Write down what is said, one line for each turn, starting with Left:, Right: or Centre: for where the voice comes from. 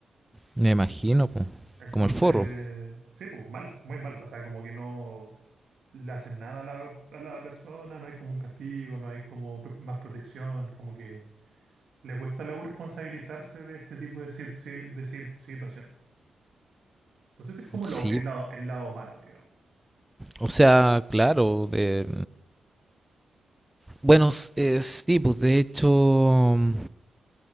Centre: me imagino, pues
Right: Entonces,
Centre: como el forro.
Right: sí, pues mal, muy mal. O sea, como que no. le hacen nada a la, a la persona, no hay como un castigo, no hay como pro- más protección, como que le cuesta a la U responsabilizarse de este tipo de, sit- si- de sit- situación. Entonces es como
Centre: Sí,
Right: lo, el lado, el lado malo, digamos.
Centre: o sea, claro, de Bueno, s- eh, sí, pues de hecho mm,